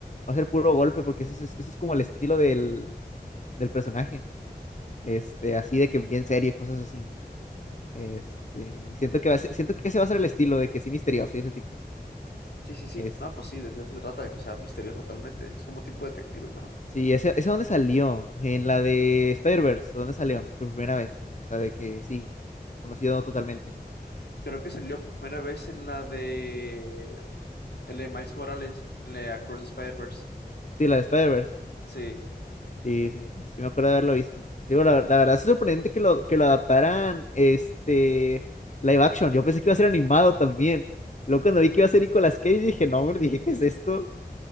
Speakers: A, on the left; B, on the left.
A: Va a ser puro golpe, porque ese, es ese es como el estilo del, del personaje. Este, así de que bien serio, cosas así. Este, y siento que va a ser- siento que ese va a ser el estilo, de que sí misterioso y ese tipo.
B: sí, sí, sí.
A: Este,
B: No, pues sí, de eso se trata, de que sea misterioso totalmente. Es como un tipo de detective, ¿no?
A: sí, ese, ese dónde salió, en la de Spider-Verse, ¿dónde salió? Por primera vez. O sea, de que sí, conocido totalmente.
B: Creo que salió por primera vez en la de, el de Miles Morales, en la de Across the Spider-Verse.
A: Sí, la de Spider-Verse.
B: Sí,
A: Sí, sí, sí, sí me acuerdo de haberlo visto. Sí, bueno, la, ver- la verdad es sorprendente que lo, que lo adaptaran este live action. Yo pensé que iba a ser animado también. Luego cuando vi que iba a ser Nicolas Cage dije, no, hombre, dije, ¿qué es esto?